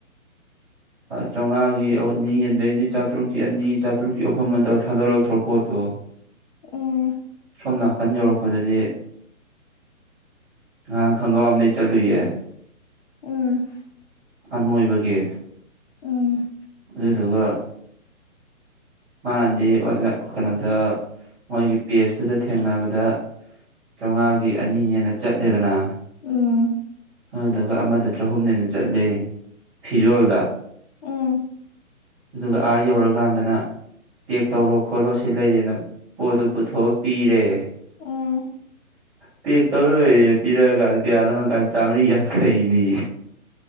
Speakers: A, on the left (about 50°); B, in the centre.
A: <inaudible>
B: ꯆꯥꯝꯃꯉꯥꯒꯤ ꯑꯅꯤ ꯑꯗꯩꯗꯤ ꯆꯥꯇ꯭ꯔꯨꯛꯀꯤ ꯑꯅꯤ ꯆꯥꯇ꯭ꯔꯨꯛꯀꯤ ꯑꯍꯨꯝ ꯑꯗꯨꯗ ꯊꯥꯗꯣꯔꯛꯇ꯭ꯔꯣ ꯄꯣꯠꯇꯣ꯫
A: ꯎꯝ
B: ꯁꯣꯝꯅꯥꯊ꯫ ꯅꯥꯀꯟ ꯌꯧꯔꯛꯄꯗꯗꯤ ꯉꯍꯥꯟ ꯈꯪꯒ꯭ꯔꯥꯎ ꯑꯝꯗꯒꯤꯩ ꯆꯠꯂꯨꯏꯌꯦ꯫
A: ꯎꯝ꯫
B: ꯑꯅꯣꯏꯕꯒꯤ꯫
A: ꯎꯝ꯫
B: ꯑꯗꯨꯗꯨꯒ꯫ ꯃꯥꯅꯗꯤ ꯀꯩꯅꯣꯗ ꯃꯣꯏꯒꯤ ꯄꯦꯖꯇꯨꯗ ꯊꯦꯡꯅꯕꯗ꯫ ꯆꯥꯝꯃꯉꯥꯒꯤ ꯑꯅꯤꯅꯦꯅ ꯆꯠꯂꯦꯗꯅ꯫
A: ꯎꯝ꯫
B: ꯑꯗꯨꯗꯨꯒ ꯑꯃꯗ ꯆꯍꯨꯝꯅꯦꯅ ꯆꯠꯂꯤ ꯐꯤꯖꯣꯜꯗ꯫
A: ꯎꯝ꯫
B: ꯑꯗꯨꯒ ꯑꯥ ꯌꯧꯔꯀꯥꯟꯗꯅ꯫ ꯄꯦꯛ ꯇꯧꯔꯣ ꯈꯣꯠꯂꯣ ꯁꯤ ꯂꯩꯔꯦꯅ ꯄꯣꯠꯇꯣ ꯄꯨꯊꯣꯛꯑ ꯄꯤꯔꯦ꯫
A: ꯎꯝ꯫
B: ꯄꯦꯛ ꯇꯧꯔ ꯂꯣꯏꯔꯦ ꯄꯤꯔꯛꯑꯒꯥꯟ ꯀꯌꯥꯅꯣ ꯍꯪꯀꯥꯟ ꯆꯥꯝꯃꯔꯤ ꯌꯥꯡꯈꯩꯅꯤ꯫